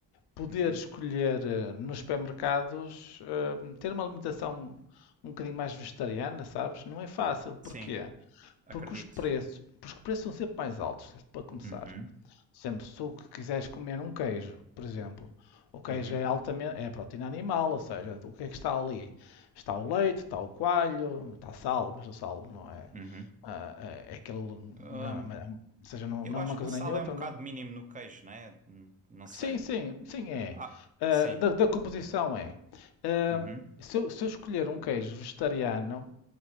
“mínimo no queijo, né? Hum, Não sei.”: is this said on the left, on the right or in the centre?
Right